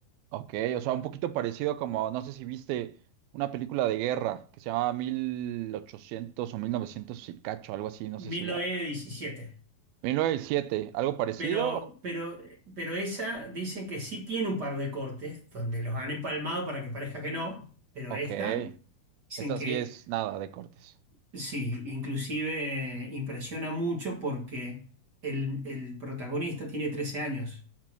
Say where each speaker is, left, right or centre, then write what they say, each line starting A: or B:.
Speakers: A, on the right; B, on the right.
A: ok, o sea, un poquito parecido como, no sé si viste una película de guerra que se llama ochocientos o 1900 y cacho, algo así, no
B: mil
A: sé si la...
B: novecientos diecisiete
A: 1907, algo parecido,
B: Pero, pero, pero esa dicen que sí tiene un par de cortes donde los han empalmado para que parezca que no, pero
A: ok,
B: esta dicen
A: esta
B: que
A: sí es nada de cortes.
B: sí, inclusive eh, impresiona mucho porque el, el protagonista tiene trece años